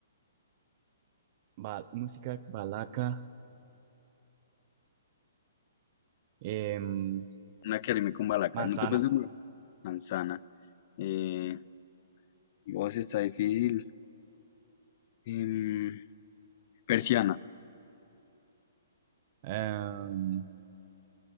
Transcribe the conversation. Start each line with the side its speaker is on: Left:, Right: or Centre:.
Right: Ba- música, balaca, em,
Left: Una que rime con balaca.
Right: manzana,
Left: No te puedes de manzana. Eh, voz está difícil. Em, persiana,
Right: em,